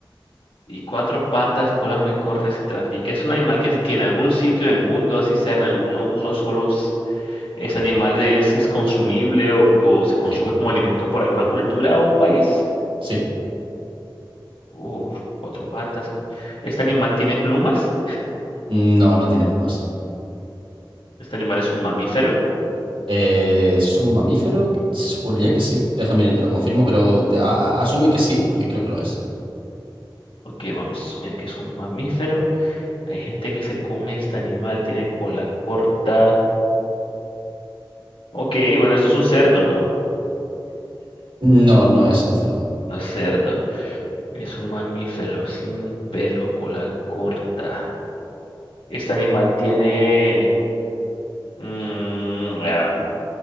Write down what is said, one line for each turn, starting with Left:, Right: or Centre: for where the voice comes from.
Left: y cuatro patas, cola muy corta, se trafica. Es un animal que, que en algún sitio del mundo, así sea en alguno, uno solo, s- ese animal es, es consumible o, o se consume
Right: Sí.
Left: como alimento por alguna cultura o país.
Right: Sí,
Left: Uf, cuatro patas. ¿Este animal tiene plumas?
Right: no, no tiene plumas.
Left: ¿Este animal es un mamífero?
Right: Eh, ¿es un mamífero? Juraría que sí. Déjame y te lo confirmo, pero de- a- a- asume que sí, porque creo que lo es.
Left: Ok, vamos a ver que es un mamífero. Hay gente que se come este animal, tiene cola corta. Ok, bueno, esto es un cerdo, ¿no?
Right: No, no es un cerdo.
Left: No es cerdo. Es un mamífero sin pelo, cola corta. Este animal tiene... mm, ah,